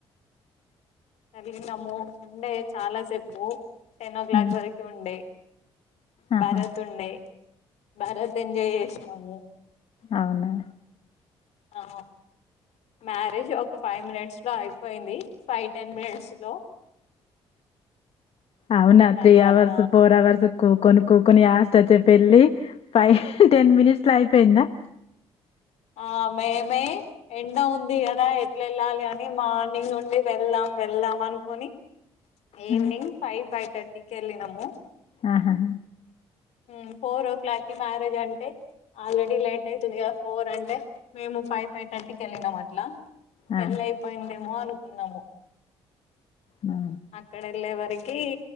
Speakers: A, on the left (about 75°); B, on the left (about 60°).
A: వెళ్ళినము ఉండే చాలా సేపు టెన్ ఓ క్లాక్
B: ఉమ్
A: వరకు ఉండే
B: ఆహా
A: బారత్ ఉండే బారాత్ ఎంజాయ్ చేసినాము
B: అవునా
A: ఆ మ్యారేజ్ ఒక ఫైవ్ మినిట్ స్ లో అయిపోయింది ఫైవ్ టెన్ మినిట్స్ లో
B: అవునా
A: తర్వాత
B: త్రీ అవర్స్ ఫోర్ అవర్స్ కూకొని కుకొని యాస్ తోతే పెళ్లి పై టెన్ మినిట్స్ లో అయిపోయిందా
A: ఆ మేమే ఎండ ఉంది కదా ఎట్లెళ్ళాలి అని మార్నింగ్ నుండి వెళ్దాం వెళ్దాం అనుకోని ఈవినింగ్
B: ఆ,
A: ఫైవ్ ఫైవ్ తట్ టీ కెళ్ళినము
B: ఆహా
A: ఉమ్ ఫోర్ ఓ క్లాక్ కి మ్యారేజ్ అంటే ఆల్రెడీ లేట్ అయితుది గా ఫోర్ అంటే మేము ఫైవ్ ఫైవ్ థర్టీ కెళ్ళినం అట్లా పెళ్లయిపోయిందేమో
B: ఆ
A: అను కున్నాము
B: అవునా
A: అక్కడెళ్ళే వర కి